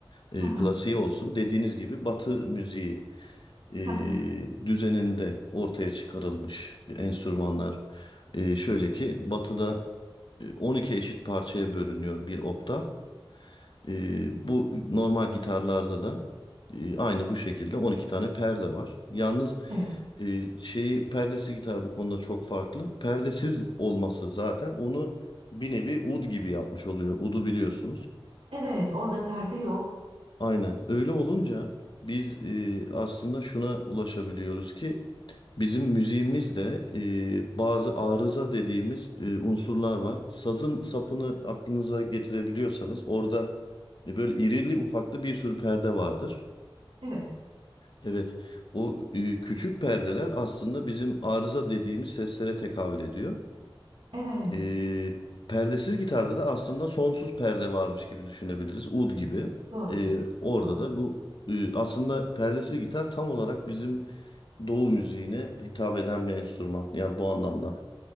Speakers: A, on the left (about 55°); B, on the right (about 90°).
A: e,
B: Aha,
A: klasiği olsun dediğiniz gibi Batı müziği e,
B: aha,
A: düzeninde ortaya çıkarılmış enstrümanlar. E, şöyle ki Batı'da e, 12 eşit parçaya bölünüyor bir oktav. E, bu normal gitarlarda da e, aynı bu şekilde 12 tane perde var. Yalnız
B: evet.
A: e, şeyi perdesi gitar bu konuda çok farklı. Perdesiz olması zaten onu bir nevi ud gibi yapmış oluyor. Udu biliyorsunuz.
B: Evet, orada perde yok.
A: Aynen. Öyle olunca biz e, aslında şuna ulaşabiliyoruz ki Bizim müziğimizde e, bazı arıza dediğimiz e, unsurlar var. Sazın sapını aklınıza getirebiliyorsanız orada e, böyle irili ufaklı bir sürü perde vardır.
B: Evet,
A: Evet, o e, küçük perdeler aslında bizim arıza dediğimiz seslere tekabül ediyor.
B: evet.
A: Ee, perdesiz gitarda da aslında sonsuz perde varmış gibi düşünebiliriz. Ud gibi.
B: Doğru.
A: Ee, orada
B: Doğru.
A: da bu e, aslında perdesiz gitar tam olarak bizim Doğu müziğine hitap eden bir enstrüman. Yani bu anlamda.